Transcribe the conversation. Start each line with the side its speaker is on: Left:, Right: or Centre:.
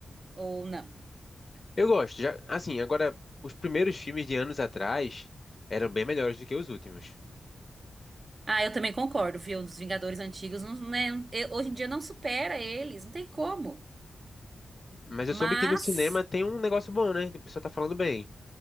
Right: ou não?
Left: Eu gosto, já, assim, agora os primeiros filmes de anos atrás eram bem melhores do que os últimos.
Right: Ah, eu também concordo, viu? Dos Vingadores antigos, não, né? eu- hoje em dia não supera eles, não tem como.
Left: Mas eu
Right: Mas,
Left: soube que no cinema tem um negócio bom, né? O pessoal tá falando bem.